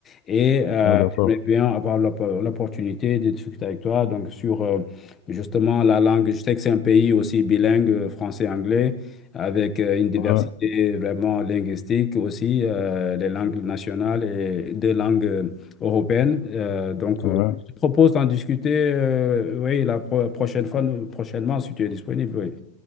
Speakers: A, on the left; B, on the left.
A: et euh,
B: Ah, d'accord.
A: j'aimerais bien avoir l'opp- l'opportunité de discuter avec toi, donc sur euh, justement la langue. Je sais que c'est un pays aussi bilingue, euh, français-anglais. avec euh, une diversité
B: Ouais,
A: vraiment linguistique aussi, euh, les langues nationales et deux langues européenne. Euh, donc,
B: ouais,
A: euh, je te propose d'en discuter euh, oui, la pro- prochaine fois, nous- prochainement, si tu es disponible. Oui.